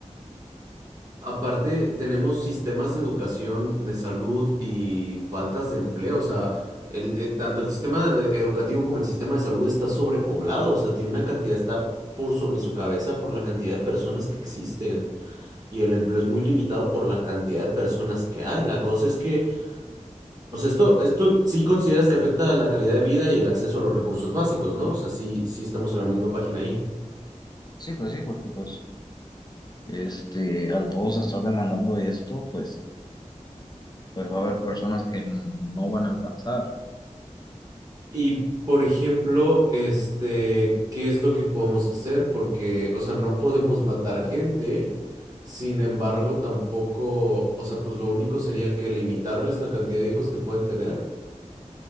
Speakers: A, on the right; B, on the left.
A: Aparte, tenemos sistemas de educación, de salud y faltas de empleo. O sea, el, el- tanto el sistema de- educativo como el sistema de salud está sobrepoblado. O sea, tiene una cantidad, está por sobre su cabeza por la cantidad de personas que existen. Y el empleo es muy limitado por la cantidad de personas que hay. La cosa es que, o sea, esto, esto sí consideras que afecta a la calidad de vida y el acceso a los recursos básicos, ¿no? O sea, sí, sí estamos en la misma página ahí.
B: Sí, pues sí, porque pues Este, al todos estar demandando esto, pues, pues va a haber personas que no van a alcanzar.
A: Y por ejemplo, este, ¿qué es lo que podemos hacer? Porque, o sea, no podemos matar gente, sin embargo, tampoco, o sea, pues lo único sería que limitarles la cantidad de hijos que pueden tener.